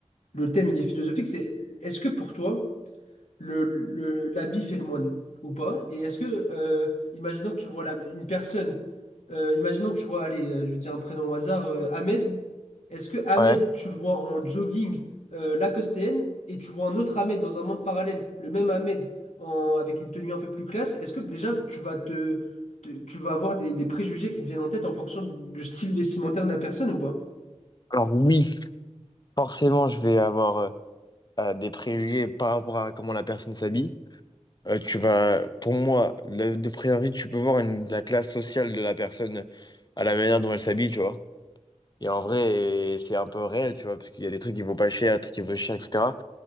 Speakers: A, on the left; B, on the left.
A: le thème, il est philosophique, c'est, est-ce que pour toi, le, le- la bif et le moine ou pas? Et est-ce que, euh, imaginons que tu vois la- une personne, euh, imaginons que tu vois, allez, euh, je vais dire un prénom au hasard, euh, Ahmed, est-ce que Ahmed,
B: Ouais.
A: tu le vois en jogging euh, lacostéenne et tu vois un autre Ahmed dans un monde parallèle, le même Ahmed en, avec une tenue un peu plus classe, est-ce que déjà tu vas te, te- tu vas avoir des, des préjugés qui te viennent en tête en fonction du style vestimentaire de la personne ou pas?
B: Alors, oui. Forcément, je vais avoir euh, euh, des préjugés par rapport à comment la personne s'habille. Euh, tu vas, pour moi, le- de près vue, tu peux voir une- la classe sociale de la personne à la manière dont elle s'habille, tu vois. Et en vrai, c'est un peu réel, tu vois, parce qu'il y a des trucs qui vaut pas cher, des trucs qui vaut cher, etc.